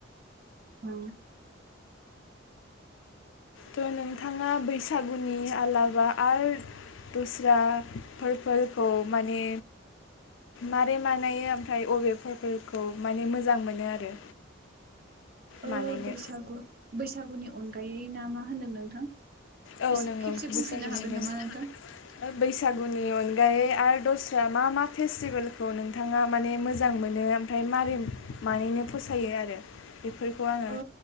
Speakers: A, on the right; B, on the left.
A: औ
B: थ' नोंथाङा बैसागुनि आलाबा आरो दस्राफोर फोरखौ माने मारै मानायो ओमफ्राय अबे बेफोरखौ माने मोजां मोनो आरो
A: ओ
B: बानायनो
A: बैसागु बैसागुनि अनगायै ना मा होनदों नोंथां
B: औ
A: एसे
B: नंगौ
A: खेबसे बुंफिननो
B: बैसागुनिमोन
A: हागोन नामा नोंथां?
B: बैसागुनि अन ओमफ्रायो आरो दस्रा मा मा फेस्टिभेलखौ नोंथाङा माने मोजां मोनो ओमफ्राय मारै मारैनो फसायो आरो बेफोरखौ आङो
A: ओ